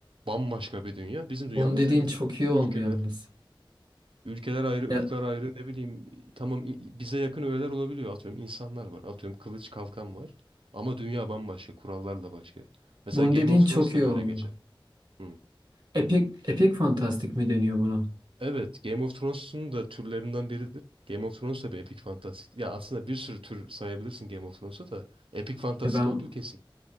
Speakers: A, on the right (about 80°); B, on the right (about 55°).
A: bambaşka bir dünya. Bizim dünyamız
B: bunu dediğin
A: değil.
B: çok iyi oldu
A: Ülkeler,
B: yalnız.
A: ülkeler ayrı,
B: Ya,
A: ırklar ayrı ne bileyim tamam i- bize yakın öğeler olabiliyor. Atıyorum insanlar var. Atıyorum kılıç kalkan var. Ama dünya bambaşka. Kurallar da başka. Mesela
B: bunu
A: Game
B: dediğin
A: of
B: çok
A: Thrones
B: iyi
A: da böyle
B: oldu.
A: geçer. Hı.
B: Epik epik fantastik mi deniyor buna?
A: Evet, Game of Thrones'un da türlerinden biridir. Game of Thrones da bir epik fantastik. Ya aslında bir sürü tür sayabilirsin Game of Thrones'a da epik fantastik
B: Ya ben
A: olduğu kesin.